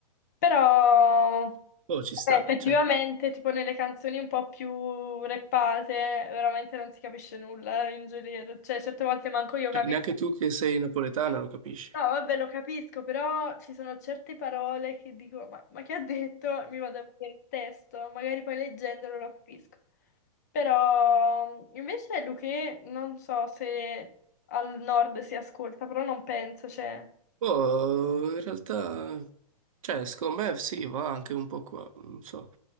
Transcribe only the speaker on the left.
Però, vabbè,
effettivamente,
tipo nelle canzoni un po' più rappate, veramente non si capisce nulla in Juliet, cioè certe volte manco io
capisco.
No, vabbè, lo capisco, però ci sono certe parole che dico, ma, ma che ha detto? Mi vado a vedere il testo, magari poi leggendolo lo capisco. Però mh, invece Luché, non so se al nord si ascolta, però non penso, cioè.